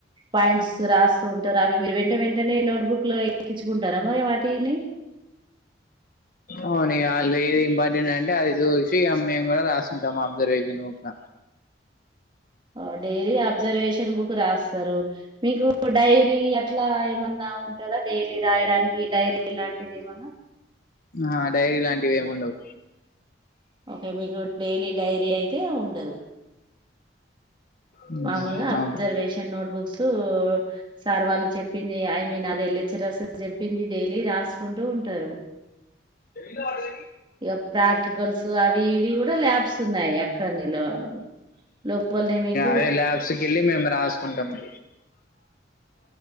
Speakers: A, on the right; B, on the left.
A: పాయింట్స్ రాస్తంటారు అ మీరు వెంట వెంటనే నోట్బుక్ లో ఎక్కించుకుంటారా మరి వాటిని
B: అవును ఏది ఇంపార్టెంట్ అంటే అది చూసి మేము కూడా రాసుకుంటాం అబ్జర్వేషన్ బూప్ల
A: ఓ డేలీ ఆ అబ్జర్వేషన్ బుక్ రాస్తారు మీకు డైరీ అట్లా ఏమన్నా ఉంటారా డైలీ రా చేయడానికి డైరీ ఇలాంటిది ఏమన్నా
B: ఆ డైరీ లాంటివి ఏమి ఉండవు
A: ఓకే మీకు డైలీ డైరీ అయితే ఉండదు
B: హ్మ్
A: మామూలుగా అబ్జర్వేషన్
B: అవును
A: నోట్బుక్స్ సార్ వాళ్ళు చెప్పింది ఐ మీన్ అది లెక్చరర్ అ అసలు చెప్పింది డైలీ రాసుకుంటూ ఉంటారు
B: ఎ వాడు
A: ఇక ప్రాక్టికల్స్ అవి ఇవి కూడా ల్యాబ్స్ ఉన్నాయి అక్కడనిలో లోపాల్ని మీకు
B: అే ల్యాబ్స్ క వెళ్ళి మేము రాసుకుంటాము